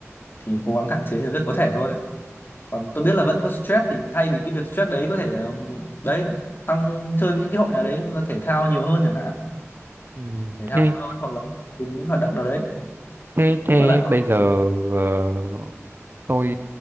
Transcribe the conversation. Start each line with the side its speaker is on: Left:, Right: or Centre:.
Left: thì cố gắng hạn chế nhiều nhất có thể thôi còn tôi biết là vẫn có stress thì thay vì cái việc stress đấy có thể ừm, đấy tăng chơi với những cái hội nào đấy thể thao nhiều hơn chẳng hạn
Right: Ừ.
Left: thể thao
Right: thế
Left: nhiều hơn hoặc là cùng những hoạt động nào đấy
Right: thế thế
Left: với bạn
Right: bây giờ ờ, tôi